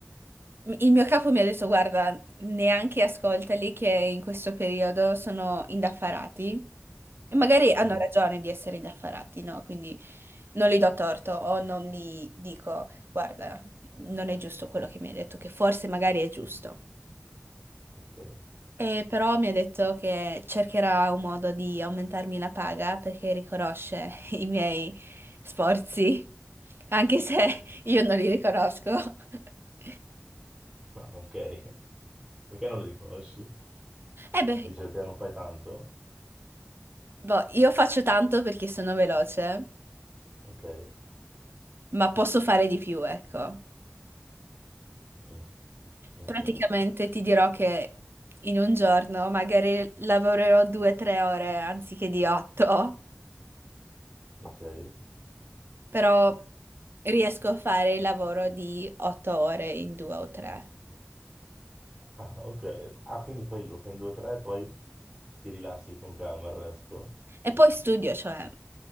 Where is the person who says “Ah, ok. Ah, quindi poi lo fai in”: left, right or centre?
Right